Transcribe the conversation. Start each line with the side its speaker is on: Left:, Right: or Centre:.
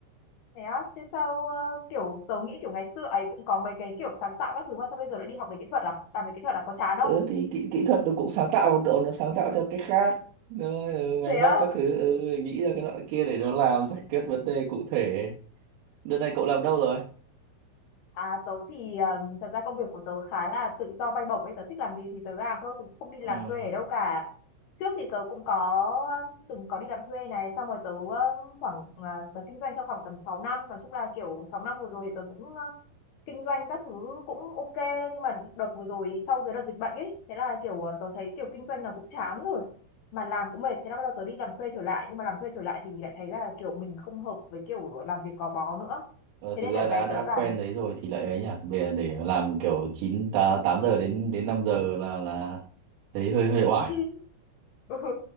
Left: thế á thế sao ờ, kiểu tớ nghĩ kiểu ngày xưa ấy cũng có mấy cái kiểu sáng tạo các thứ mà sao bây giờ lại đi học về kỹ thuật à làm về kỹ thuật à có chán không
Right: Ừ, thì kỹ, kỹ thuật nó cũng sáng tạo mà cậu nó sáng tạo theo cách khác. Rồi, ừ, máy
Left: thế
Right: móc
Left: á
Right: các thứ, ừ, nghĩ ra cái loại kia để nó làm giải quyết vấn đề cụ thể Đợt này cậu làm đâu rồi?
Left: À, tớ thì um, thật ra công việc của tớ khá là tự do bay bổng ấy, tớ thích làm gì thì tớ làm thôi, cũng không đi
Right: Ờ,
Left: làm thuê ở đâu cả. Trước thì tớ cũng có um, từng có đi làm thuê này, xong rồi tớ um, khoảng uh, tớ kinh doanh trong khoảng tầm 6 năm, nói chung là kiểu 6 năm vừa rồi thì tớ cũng uh, kinh doanh các thứ cũng ok nhưng mà đợt vừa rồi sau cái đợt dịch bệnh ấy, thế là kiểu uh, tớ thấy kiểu kinh doanh nào cũng chán rồi mà làm cũng mệt thế là bắt đầu tớ đi làm thuê trở lại nhưng mà làm thuê trở lại thì lại thấy là kiểu mình không hợp với kiểu làm việc gò bó nữa
Right: ờ, thực
Left: thế nên
Right: ra
Left: đợt
Right: đã
Left: này
Right: đã
Left: tớ toàn
Right: quen đấy rồi thì lại ấy nhỉ. Về để làm kiểu 9 ta 8 giờ đến đến 5 giờ là là thấy hơi
Left: <laughs>
Right: hơi
Left: <laughs>
Right: oải.
Left: Ừ.